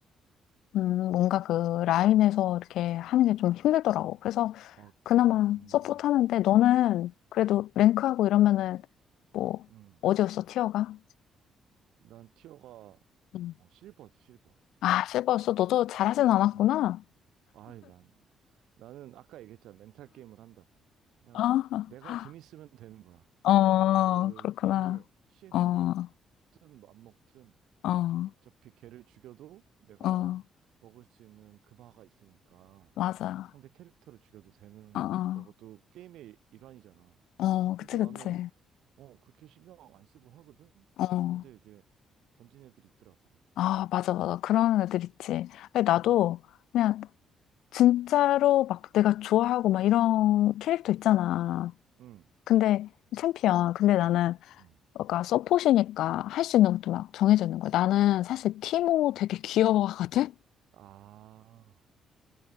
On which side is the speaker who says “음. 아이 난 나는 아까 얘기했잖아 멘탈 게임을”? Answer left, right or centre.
Right